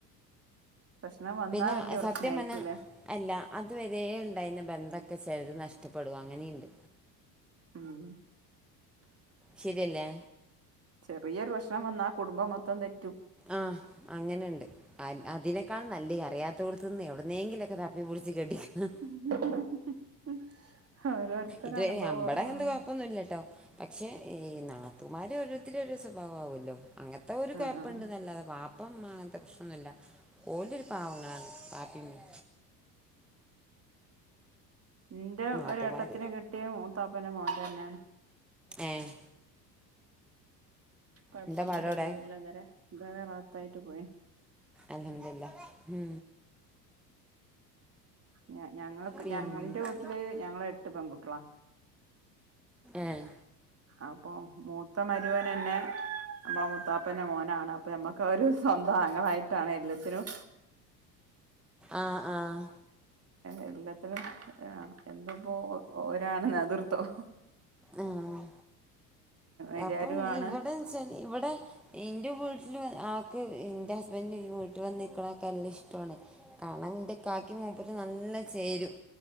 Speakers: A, on the right; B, in the centre.
A: പ്രശ്നം വന്നാ
B: പിന്നെ
A: വല്യ പ്രശ്നായിരിക്കൂലേ
B: സത്യം പന്നാ അല്ല അതുവരെ ഇണ്ടായിരുന്ന ബന്ധക്കെ ചെലര് നഷ്ടപ്പെടും അങ്ങനെയിണ്ട്
A: ഉം
B: ശരിയല്ലേ
A: ചെറിയൊരു പ്രശ്നം വന്നാ കുടുംബം മൊത്തം തെറ്റും
B: ആഹ് അങ്ങനെണ്ട് അതിനേക്കാൾ നല്ലെ അറിയാ <unintelligible> എവിടുന്നേങ്കിലും എക്കെ തപ്പി പിടിച്ച് കെട്ടിക്കന്നാ
A: <unintelligible> ഓരോരുത്തര
B: ഇത്
A: അനുഭവം
B: ഞമ്പടെ
A: ആണ്
B: എന്ത്‌ കൊഴപ്പൊന്നുല്ലട്ടോ പക്ഷേ ഈ നാത്തുന്മാര് ഓരോരുത്തരും ഓരോ സ്വഭാവം ആവുല്ലോ അങ്ങൻത്തെ ഒരു
A: ആഹ്
B: കൊയപ്പം
A: ആഹ്
B: ഇണ്ട്ന്നല്ലാതെ വാപ്പ ഉമ്മ അങ്ങനത്തെ പ്രശ്നം ഒന്നുല്ല ഓലൊരു പാവങ്ങളാണ് വാപ്പി ഉമ്മി
A: ന്റെ
B: നാത്തുമാർ
A: ഒരു ഏട്ടത്തിനെ കെട്ടിയെ മൂത്താപ്പേന്റെ മോൻ തന്നേണ്
B: ഏഹ്
A: കൊഴ്പ്പൊന്നുല്ല
B: എന്താ പാടോടെ
A: അൽഹംദുലില്ലാഹ് ഇതുവരെ ഇതുവരെ റാഹത്തായി പോയിന്
B: അൽഹംദുലില്ലാഹ്
A: ഞ ഞങ്ങൾക്ക്
B: പിന്നെ
A: ഞങ്ങൾ ന്റെ വീട്ടില് ഞങ്ങള് എട്ട് പെൺകുട്ട്യോളാ
B: ഏഹ്
A: അപ്പൊ മൂത്ത മരുമോനെന്നെ നമ്മളെ മൂത്താപ്പേന്റെ മോനാണ് അപ്പൊ ഞമ്മക്ക് അവര് സ്വന്തം ആങ്ങളായിട്ടാണ് എല്ലത്തിനും
B: ആഹ് ആഹ്
A: എല്ലത്തിനും ആഹ് എന്തപ്പോ ഒരാണ് നേതൃത്വം
B: ആഹ്
A: എല്ലാരും
B: അപ്പം
A: ആണ്
B: ഇവിടെ ഇവിടെ എന്റെ വീട്ടില് ആക്ക് ഇന്റെ ഹസ് വന്ന് വീട്ടി വന്ന് നിക്കണൊക്കെ എല്ലാം ഇഷ്ടു ആണ് കാണാന്റെ ഇക്കാക്കി മൂപ്പരും നല്ല ചേരും